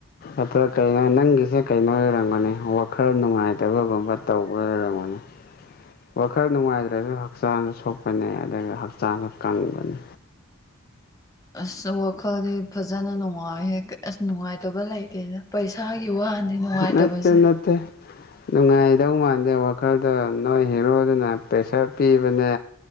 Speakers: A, on the left; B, on the left.
A: ꯑ ꯀꯩꯅꯣ ꯅꯪꯒꯤꯁꯦ ꯀꯩꯅꯣ ꯑꯣꯏꯔꯝꯒꯅꯤ ꯋꯥꯈꯜ ꯅꯨꯡꯉꯥꯏꯇꯕꯒꯨꯝꯕ ꯇꯧꯕ ꯑꯣꯏꯔꯝꯒꯅꯤ ꯋꯥꯈꯜ ꯅꯨꯡꯉꯥꯏꯗ꯭ꯔ ꯑꯗꯨꯁꯨ ꯍꯛꯆꯥꯡꯁꯨ ꯁꯣꯛꯄꯅꯦ ꯑꯗꯨꯒ ꯍꯛꯆꯥꯡꯁꯨ ꯀꯪꯕꯅꯤ
B: ꯑꯁ ꯋꯥꯈꯜꯗꯤ ꯐꯖꯅ ꯅꯨꯡꯉꯥꯏ ꯑꯁ ꯅꯨꯡꯉꯥꯏꯇꯕ ꯂꯩꯇꯦꯅ ꯄꯩꯁꯥꯒꯤ ꯋꯥꯗꯤꯦ ꯅꯨꯡꯉꯥꯏꯇꯕꯁꯦ
A: ꯅꯠꯇꯦ ꯅꯠꯇꯦ ꯅꯨꯡꯉꯥꯏꯗꯧ ꯃꯥꯟꯗꯦ ꯋꯥꯈꯜꯗ ꯅꯣꯏ ꯍꯦꯔꯣꯗꯨꯅ ꯄ꯭ꯔꯦꯁꯔ ꯄꯤꯕꯅꯦ